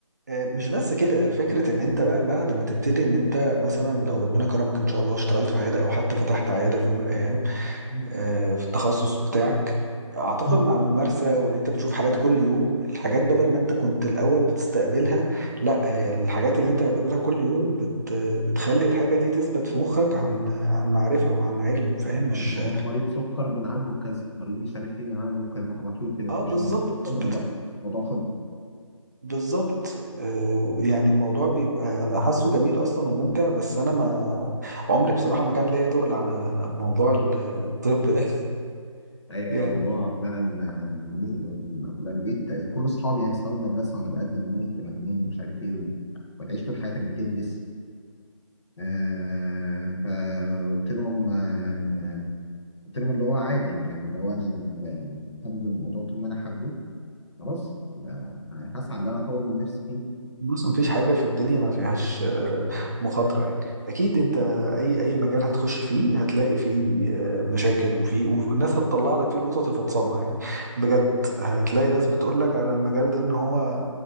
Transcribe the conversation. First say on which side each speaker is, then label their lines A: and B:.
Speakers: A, on the right; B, on the left.
A: آه، مش بس كده فكرة إن أنت بقى بعد ما تبتدي إن أنت مثلا لو ربنا كرمك إن شاء الله اشتغلت في عيادة أو حتى فتحت عيادة في يوم من الأيام
B: مم.
A: آه، في التخصص بتاعك اعتقد
B: مم.
A: مع الممارسة وان انت بتشوف حالات كل يوم الحاجات بدل ما انت كنت الاول بتستقبلها لا هي الحاجات اللي انت بتقابلها كل يوم بت بتخلي الحاجة دي تثبت في مخك عن عن معرفة وعن علم فاهم مش
B: اه اللي هو مريض سكر بنعالجه بكذا مريض مش عارف ايه بنعالجه بكذا على طول كده
A: اه
B: تمشي
A: بالظبط
B: الموضوع مش خبرة
A: بت...
B: بقى موضوع خبرة
A: بالظبط آه يعني الموضوع بيبقى انا حاسه جميل اصلا وممتع بس انا ما عمري بصراحة ما كان ليا تقل على موضوع ال- الطب ده
B: ايوه
A: <laughs> يعني
B: الموضوع فعلا آه، نز- آه، لو جيت كل اصحابي يعني اصحاب المدرسة وانا بقدم ان انت مجنون ومش عارف ايه و- وتعيش طول حياتك بتدرس آه فقلت لهم آه قلت لهم اللي هو عادي يعني اللي هو انا ب- يعني حابب الموضوع طول ما انا حابه خلاص يبقى هسعى ان انا اطور من نفسي فيه
A: بص مفيش حاجة في الدنيا ما فيهاش آه، مخاطرة يعني أكيد أنت أي أي مجال هتخش فيه هتلاقي فيه آه، مشاكل وفيه والناس هتطلع لك فيه القطط الفطسانة يعني بجد هتلاقي ناس بتقول لك على المجال ده إن هو